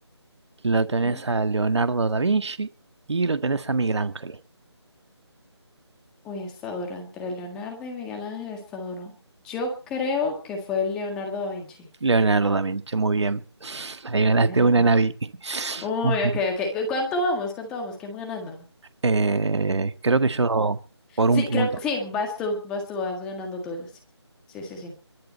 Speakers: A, on the right; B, in the centre.
A: lo
B: Ok.
A: tenés a Leonardo da Vinci y lo tenés a Miguel Ángel.
B: Uy, está duro. Entre Leonardo y Miguel Ángel está duro. Yo creo que fue Leonardo da Vinci.
A: Leonardo da Vinci, muy bien. <laughs> Ahí
B: Ok,
A: ganaste una
B: ok.
A: Navi. <laughs>
B: Uy,
A: Muy
B: ok,
A: bien.
B: ok. ¿Cuánto vamos? ¿Cuánto vamos? ¿Quién va ganando?
A: Eh, creo que yo por
B: Sí,
A: un punto.
B: creo que sí, vas tú, vas tú, vas ganando tú. Sí, sí, sí. sí.